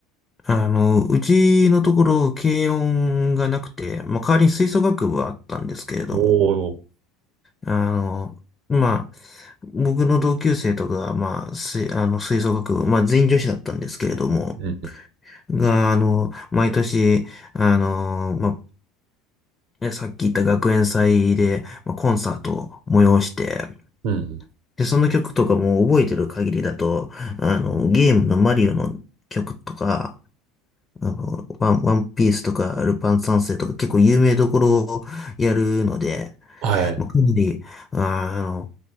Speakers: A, on the left (about 20°); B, on the right (about 65°).
A: あの、うちのところ、軽音がなくて、まあ、代わりに吹奏楽部はあったんですけれども、
B: おお、
A: あの、まあ、僕の同級生とかが、まあ、吹、あの、吹奏楽部、まあ、全員女子だったんですけれども、
B: うん、
A: が、あの、毎年、あの、まあ、ねさっき言った学園祭で、まあ、コンサートを催して、
B: うん。
A: で、その曲とかも覚えてる限りだと、あの、ゲームのマリオの曲とか、あの、ワン、ワンピースとか、ルパン三世とか、結構有名どころをやるので、
B: はい。
A: まあ、かなり、あーあの、